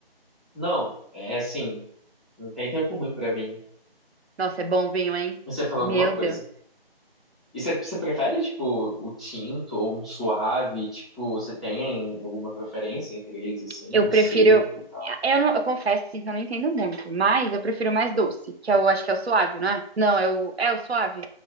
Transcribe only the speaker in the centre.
Não, é assim, não tem tempo ruim pra vinho.
Você fala
alguma coisa.
E você, você prefere, tipo, o tinto ou um suave? Tipo, você tem alguma preferência entre eles, assim?
O
seco e tal?